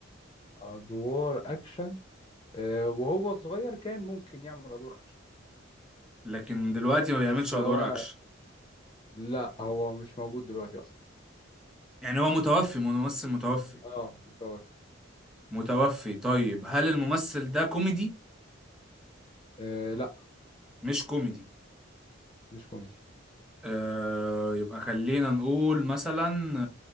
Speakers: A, on the left; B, in the centre.
A: ادوار اكشن آه وهو صغير كان ممكن يعمل ادوار اكشن
B: لكن دلوقتي ما بيعملش
A: بس هو
B: ادوار اكشن
A: لا هو مش موجود دلوقتي اصلا
B: يعني هو متوفي ممثل متوفي
A: اه متوفي.
B: متوفي طيب هل الممثل ده كوميدي
A: آه لا
B: مش كوميدي
A: مش كوميدي
B: آه يبقى خلينا نقول مثلا